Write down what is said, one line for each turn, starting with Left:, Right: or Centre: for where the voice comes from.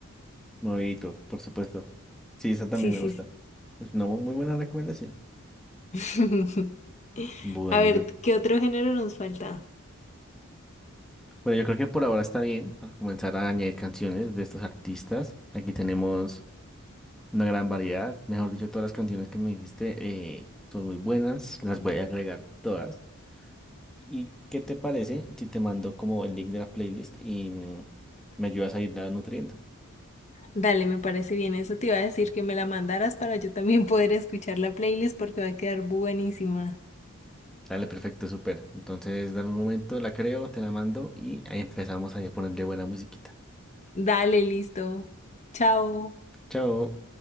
Centre: movidito, por supuesto. Sí, esa también
Left: Sí, sí.
Centre: me gusta. Es una muy buena recomendación.
Left: sí. <laughs>
Centre: Bueno,
Left: A ver,
Centre: yo
Left: ¿qué otro género nos falta?
Centre: Bueno, yo creo que por ahora está bien para comenzar a añadir canciones de estos artistas. Aquí tenemos una gran variedad. Mejor dicho, todas las canciones que me dijiste eh, son muy buenas. Las voy a agregar todas. ¿Y qué te parece si te mando como el link de la playlist y mm, me ayudas a irla nutriendo?
Left: Dale, me parece bien. Eso te iba a decir que me la mandaras para yo también <laughs> poder escuchar la playlist porque va a quedar buenísima.
Centre: Dale, perfecto, súper. Entonces, dame un momento, la creo, te la mando y ahí empezamos ahí a ponerle buena musiquita.
Left: Dale, listo. Chao.
Centre: Chao.